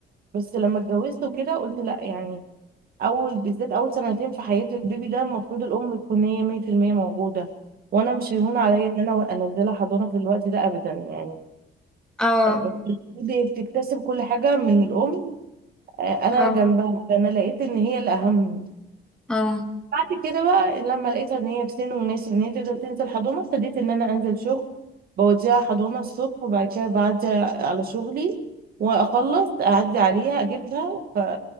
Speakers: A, on the right; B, in the centre.
A: بس لما اتجوزت وكده قلت لا يعني اول بالذات اول سنتين في حياه البيبي ده المفروض الام تكون هي 100% موجوده وانا مش هيهون عليا ان انا انزلها حضانه في الوقت ده ابدا يعني
B: اه
A: يعني البيبي بتكتسب كل حاجه من الام آه، انا
B: اه
A: جنبها فانا لقيت ان هي الاهم
B: اه
A: بعد كده بقى لما لقيتها ان هي في سن مناسب ان هي تقدر تنزل حضانه ابتديت ان انا انزل شغل بوديها حضانه الصبح وبعد كده بعدي على شغلي واخلص اعدي عليها اجيبها ف...